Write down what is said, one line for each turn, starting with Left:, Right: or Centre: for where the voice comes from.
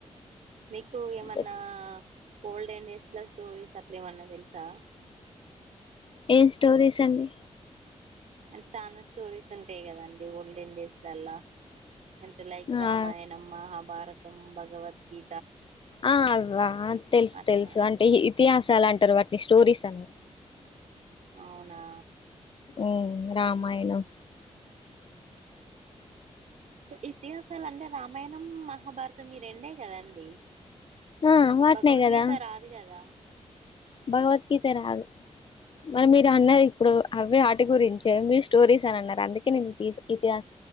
Right: మీకూ ఏమన్నా
Left: ఓకే.
Right: ఓల్డెన్ డేస్ల స్టోరీస్ అట్లేమన్న దెల్సా.
Left: ఏం స్టోరీసండి.
Right: అంట్ చానా స్టోరీసుంటయ్ గదండి ఓల్డేన్ డేస్లల్ల అంతె లైక్
Left: ఆ,
Right: రామాయణం మహాభారతం భగవద్గీ
Left: ఆ అవ్వా తెల్స్
Right: అట్లా
Left: తెల్సు అంటె హి ఇతిహాసాలంటర్ వాట్ని స్టోరీసనరు.
Right: ఔనా
Left: ఊమ్ రామాయ్ణం.
Right: ఇతిహాసాలంటె రామాయ్ణమ్ మహాభారతం ఈ రెండే కదండి.
Left: ఆ, వాటినే
Right: భగవద్గీత
Left: కదా
Right: రాదు గద.
Left: భగవద్గీత రాదు. మరి మీరన్నరిప్పుడు అవ్వే ఆటి గురించె మీరు స్టోరీస్ అనన్నరు అందుకె నేనితీస్ ఇతిఆ